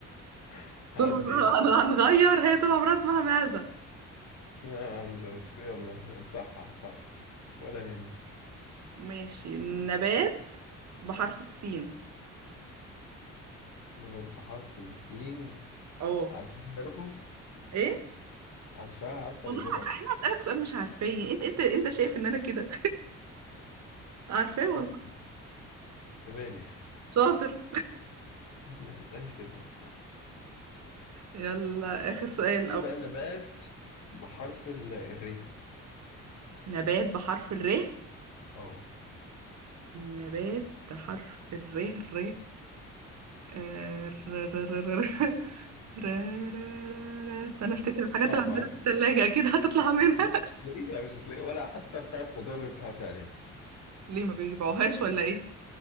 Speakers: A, on the left; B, on the right.
A: <laughs> هعديها
B: طول عمرها هن- هنغير هي طول عمرها اسمها معزه
A: اسمها عنزة بس يلا صح صح ولا يهمك
B: ماشي نبات بحرف السين
A: نبات بحرف السين
B: اه
A: عارفاه برضه
B: ايه
A: عارفاه عارفة
B: والله
A: الإجابة
B: انا اسالك سؤال مش عارفاه انت انت انت شايف ان انا كده <laughs> عارفاه
A: سب-
B: والله
A: سبانخ
B: شاطر <laughs>
A: <laughs> أي خدمة
B: يلا آخر سؤال
A: دي بقى نبات بحرف ال- الر
B: نبات بحرف الر
A: اه
B: نبات بحرف الر ر آه، ر ر ر ر ر ر ر- ر- ر- استنى افتكر الحاجات
A: صعبة
B: اللي عندنا في التلاجة اكيد هتطلع منها
A: لا مش هتلاقيها مش هتلاقيها ولا حتى بتاع الخضار اللي بتعدي عليه
B: <laughs> ليه ما بيجيبوهاش ولا ايه